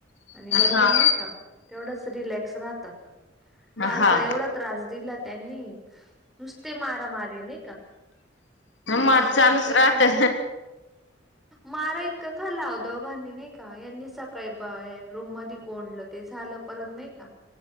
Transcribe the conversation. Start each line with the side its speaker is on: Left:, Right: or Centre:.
Centre: आणि बरोबर
Left: हा
Centre: नाही का तेवढच रिलॅक्स राहत. काल
Left: हा
Centre: तर एवढा त्रास दिला त्यांनी नुसते मारा मारी नाही का? आणि मारा
Left: माझ चालूच
Centre: इतका
Left: राहते...
Centre: खाल्ला मारा इतका खाल्ला होता आ दोघांधनीने का यांनी सकाळी पहा रूम म कोडलं ते झालं परत नाही का